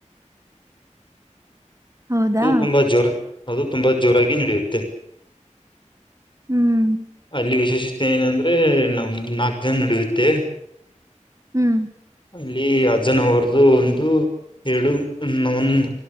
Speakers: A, on the right (about 25°); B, on the left (about 40°).
A: ಹೌದಾ
B: ಅದು ತುಂಬಾ ಜೋರ ಅದು ತುಂಬಾ ಜೋರ. ನಡೆಯುತ್ತೆ
A: ಹ್ಮ್
B: ಅಲ್ಲಿ ವಿಶೇಷ. ಏನಂದ್ರೆ ನಮ್ ನಗ್ಗ ನಡಿಯುತ್ತೆ.
A: ಹ್ಮ್
B: ಅಲ್ಲಿ ಅಜ್ಜನ ಅವರದು ಒಂದು ಎರಡು ಒಂದ.